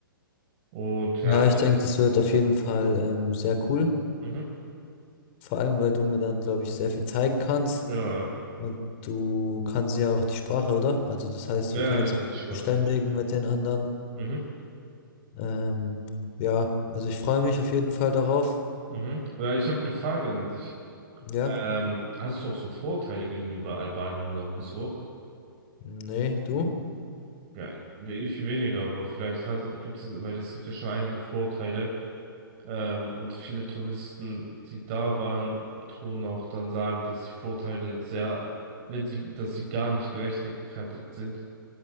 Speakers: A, on the right; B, on the left.
A: Und
B: Ja,
A: ja, echt,
B: ich denke, das wird auf jeden Fall ähm, sehr cool.
A: Mhm.
B: Vor allem, weil du mir dann, glaube ich, sehr viel zeigen kannst.
A: ja,
B: Und du kannst ja auch die Sprache, oder? Also das heißt,
A: ja,
B: wir können
A: Ja, ich
B: uns
A: kann
B: auch
A: die
B: gut
A: Sprache
B: verständigen
A: gut.
B: mit den anderen.
A: Mhm.
B: Ähm, ja, also ich freue mich auf jeden Fall darauf.
A: Mhm. Ja, ich habe eine Frage an dich.
B: Ja,
A: Ähm, hast du auch so Vorurteile gegenüber Albanien oder Kosovo?
B: nee, du?
A: Ja, ich weniger, aber vielleicht hast, gibt es, weil es gibt ja schon einige Vorurteile. Ähm, und viele Touristen, die da waren, tun auch dann sagen, dass die Vorurteile sehr, ne, die- dass sie gar nicht gerechtfertigt sind.